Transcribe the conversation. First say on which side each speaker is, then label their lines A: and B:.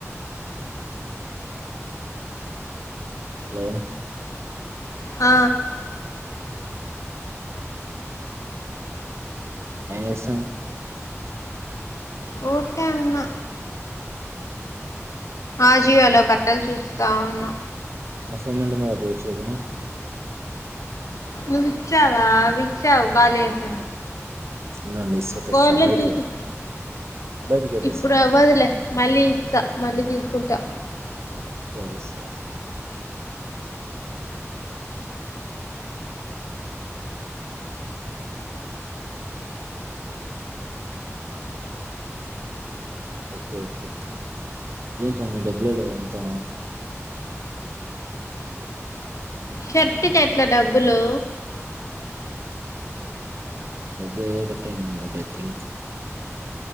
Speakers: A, on the right; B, on the left.
A: హలో
B: ఆ
A: ఆమ్ చస్తాడు
B: ఊరికే ఉన్నా ఆజియోలో బట్టలు చూసి తన
A: అసైన్మెంట్ ఆపేయచ్చు కదా
B: నవ్వు విచ్చావా విచ్చావు కాళస
A: ఉండండి ఇస్తా తెస్తా
B: ఫోన్లో
A: బయటికి
B: చూసి
A: రా బయటికే తెస్తా
B: ఇప్పుడు అవ్వదులే మళ్ళీ ఇస్తా మళ్ళీ తీస్తా కుట్ట
A: తీరితే ఓకే ఓకే స మీ డబ్బులో లేవు అంతా
B: షర్ట్ కి ఆల్ట్ డబ్బులు
A: డబ్బలు ఏదో కట్టాయిందం బట్ ఐ థింక్